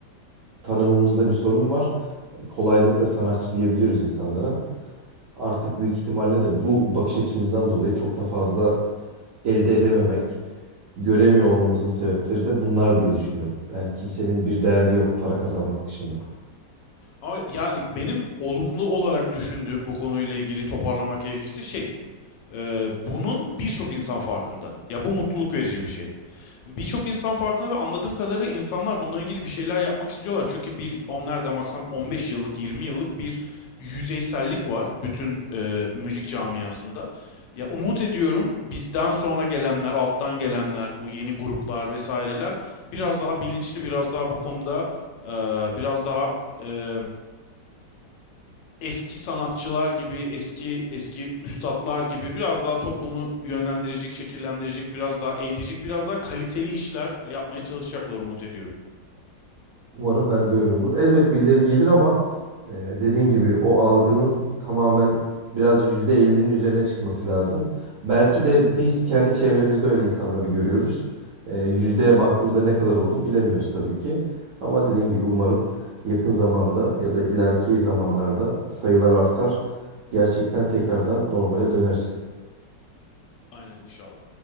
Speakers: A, on the right; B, on the left.
A: tanımımızda bir sorun var. E, Kolaylıkla sanatçı diyebiliriz insanlara artık büyük ihtimalle de bu bakış açımızdan dolayı çok da fazla elde edememek, göremiyor olmamızın sebepleri de bunlar diye düşünüyorum. Yani kimsenin bir derdi yok para kazanmak dışında.
B: Ama yani benim olumlu olarak düşündüğüm bu konuyla ilgili toparlamak gerekirse şey, e, bunun birçok insan farkında. Ya bu mutluluk verici bir şey. Birçok insan farkında ve anladığım kadarıyla insanlar bununla ilgili bir şeyler yapmak istiyorlar. Çünkü bir on nereden baksan 15 yıllık 20 yıllık bir yüzeysellik var bütün e, müzik camiasında. Ya umut ediyorum bizden sonra gelenler, alttan gelenler, bu yeni gruplar vesaireler biraz daha bilinçli, biraz daha bu konuda e, biraz daha e, eski sanatçılar gibi, eski eski üstatlar gibi biraz daha toplumu yönlendirecek, şekillendirecek, biraz daha eğitecek, biraz daha kaliteli işler e, yapmaya çalışacaklar umut ediyorum.
A: Umarım ben de öyle olur. Elbet birileri gelir ama e, dediğin gibi o algının tamamen biraz yüzde elli'nin üzerine çıkması lazım. Belki de biz kendi çevremizde öyle insanları görüyoruz. E, yüzdeye baktığımızda ne kadar olduğunu bilemiyoruz tabii ki. Ama dediğin gibi umarım yakın zamanda ya da ileriki zamanlarda sayılar artar. Gerçekten tekrardan normale döneriz.
B: Aynen inşallah.